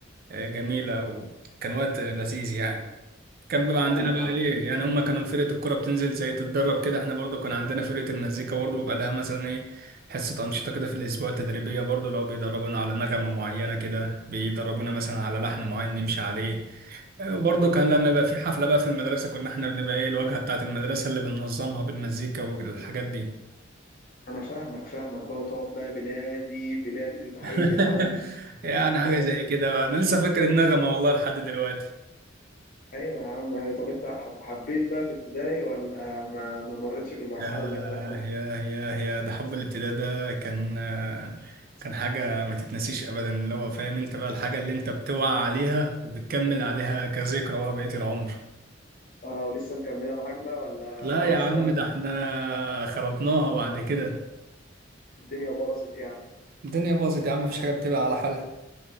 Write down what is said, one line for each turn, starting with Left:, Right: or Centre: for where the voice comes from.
Right: آه، جميلة وكان وقت لذيذ يعني كان بيبقى
Left: فاهمك
Right: عندنا بقى
Left: عم
Right: ايه يعني هم كانوا فرقة الكرة بتنزل زي تتدرب كده احنا برضه كان عندنا فرقة المزيكا برضه بيبقى لها مثلا ايه حصة أنشطة كده في الأسبوع التدريبية برضه لو بيدربونا على نغمة معينة كده بيدربونا مثلا على لحن معين نمشي عليه آه، وبرضه كان لما يبقى في حفلة بقى في المدرسة كنا احنا بنبقى ايه الواجهة بتاعة المدرسة اللي بننظمها بالمزيكا والحاجات دي
Left: انا فاهمك فاهمك بقى وتقعد بقى بلادي بلادي وتحية
Right: <laughs>
Left: العلم
Right: يعني حاجة
Left: أنت فاهم؟
Right: زي كده أنا لسه فاكر النغمة والله لحد دلوقتي
Left: ايوه يا عم أيوة. طب انت حب- حبيت بقى في ابتدائي ولا ما ما مرتش بالمرحلة
Right: ياه
Left: اللي هي بتاعت حب
Right: ياه ياه ياه ده حب الابتداء ده كان آه، كان حاجة ما تتنسيش أبدا اللي هو فاهم أنت بقى الحاجة اللي أنت بتوعى عليها وبتكمل عليها كذكرى بقى بقية العمر
Left: اه ولسه مكملة معاك بقى ولا
Right: لا
Left: خلاص
Right: يا عم
Left: طار
Right: ده احنا خربناها بعد كده
Left: الدنيا باظت يعني
Right: الدنيا باظت يا عم مفيش حاجة بتبقى على حالها